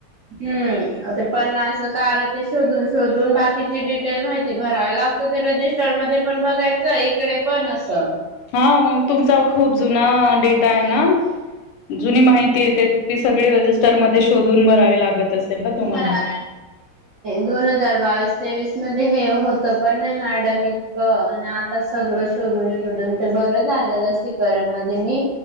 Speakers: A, on the right; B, on the left.
A: हम्म ते पन्नास कार ते शोधून शोधून बाकीची डिटेल माहिती भरावे लागत. ते रजिस्टर मध्ये पण बघायचं इकडे पण असं
B: हा मग तुमचा खूप जुना डेटा आहे ना. जुनी माहिती येते ती सगळी रजिस्टर मध्ये शोधून भरावी लागतच.
A: त खरा
B: <inaudible>
A: दोन हजार बावीस तेवीस मध्ये हे होत पण नाही मॅडम इतक सगळं शोधून शोधून ते बरं झालेलं लसीकरण मध्ये मी